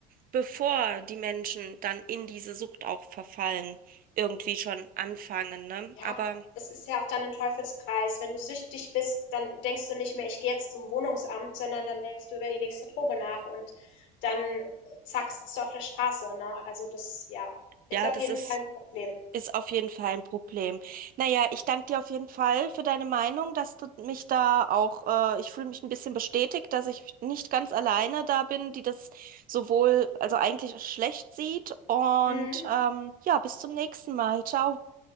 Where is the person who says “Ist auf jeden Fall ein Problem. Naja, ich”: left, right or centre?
Right